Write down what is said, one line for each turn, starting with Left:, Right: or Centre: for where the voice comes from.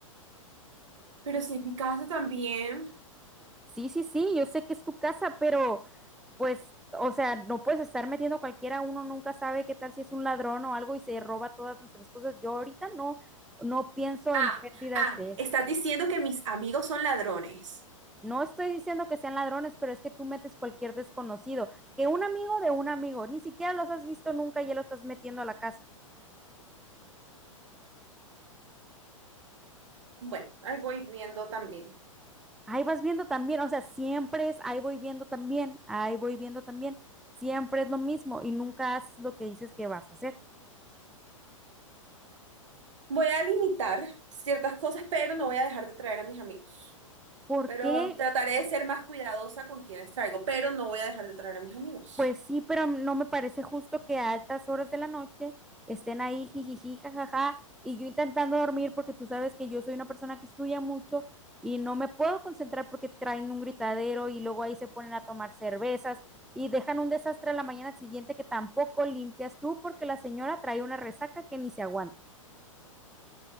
Right: Pero si es mi casa también.
Centre: Sí, sí, sí, yo sé que es tu casa, pero pues, o sea, no puedes estar metiendo cualquiera, uno nunca sabe qué tal si es un ladrón o algo y se roba todas nuestras cosas. Yo ahorita no, no pienso
Right: Ah,
Centre: en pérdidas
Right: ah,
Centre: de eso.
Right: estás diciendo que mis amigos son ladrones.
Centre: No estoy diciendo que sean ladrones, pero es que tú metes cualquier desconocido, que un amigo de un amigo, ni siquiera los has visto nunca y ya lo estás metiendo a la casa.
Right: Bueno, ahí voy viendo también.
Centre: Ahí vas viendo también, o sea, siempre es, ahí voy viendo también, ahí voy viendo también, siempre es lo mismo y nunca haces lo que dices que vas a hacer.
Right: Voy a limitar ciertas cosas, pero no voy a dejar de traer a mis amigos.
Centre: ¿Por
Right: Pero
Centre: qué
Right: trataré de ser más cuidadosa con quienes traigo, pero no voy a dejar de traer a mis amigos.
Centre: Pues sí, pero no me parece justo que a altas horas de la noche estén ahí jijiji, jajaja, y yo intentando dormir porque tú sabes que yo soy una persona que estudia mucho y no me puedo concentrar porque traen un gritadero y luego ahí se ponen a tomar cervezas y dejan un desastre a la mañana siguiente que tampoco limpias tú porque la señora trae una resaca que ni se aguanta.